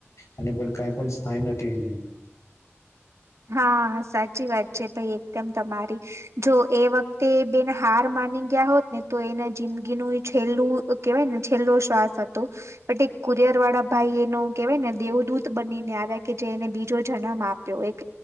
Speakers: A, on the left; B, on the right.
A: અને પણ કઈ પણ સ્થાય નથી
B: હા સાચી વાત છે ભાઈ એકદમ તમારી જો એ વખતે બેન હાર માની ગયા હોત ને તો એને જિંદગી નું છેલ્લું કેવાયને છેલ્લો શ્વાસ હતો બટ એક કુરિયર વાળા ભાઈ એનો કેવાય ને દેવદૂત બનીને આવ્યા કે જેને બી જો જન્મ આપ્યો એક